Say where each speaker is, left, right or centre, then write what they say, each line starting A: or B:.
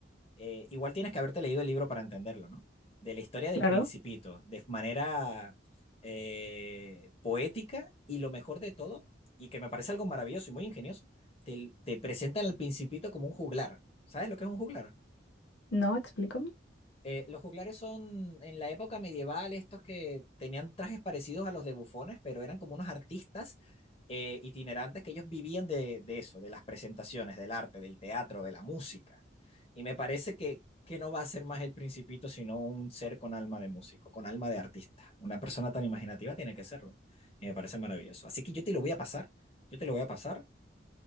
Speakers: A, on the left; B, on the left.
A: eh, igual tienes que haberte leído el libro para entenderlo, ¿no? De la historia del
B: Claro,
A: Principito, de manera eh, poética y lo mejor de todo, y que me parece algo maravilloso y muy ingenioso, te, te presentan al Principito como un juglar. ¿Sabes lo que es un juglar?
B: no, explícame.
A: Eh, los juglares son en la época medieval estos que tenían trajes parecidos a los de bufones, pero eran como unos artistas eh, itinerantes que ellos vivían de, de eso, de las presentaciones, del arte, del teatro, de la música. Y me parece que, que no va a ser más el principito, sino un ser con alma de músico, con alma de artista. Una persona tan imaginativa tiene que serlo. Y me parece maravilloso. Así que yo te lo voy a pasar, yo te lo voy a pasar,